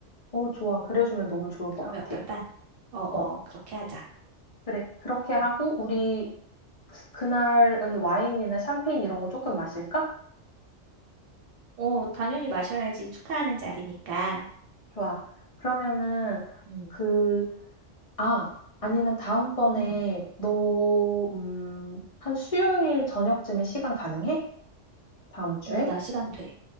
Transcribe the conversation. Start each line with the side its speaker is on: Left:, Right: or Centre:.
Left: 어, 좋아. 그래주면 너무 좋을 것
Right: 그러면
Left: 같아.
Right: 어떨까? 어, 어,
Left: 어.
Right: 그렇게 하자.
Left: 그래, 그렇게 하고,
Right: 어,
Left: 우리, 그날은 와인이나 샴페인 이런 거 조금 마실까?
Right: 어, 당연히 마셔야지. 축하하는 자리니까.
Left: 좋아. 그러면은,
Right: 음,
Left: 그, 아, 아니면 다음번에,
Right: 음.
Left: 너, 음, 한 수요일 저녁쯤에 시간 가능해? 다음 주에?
Right: 어, 나 시간 돼.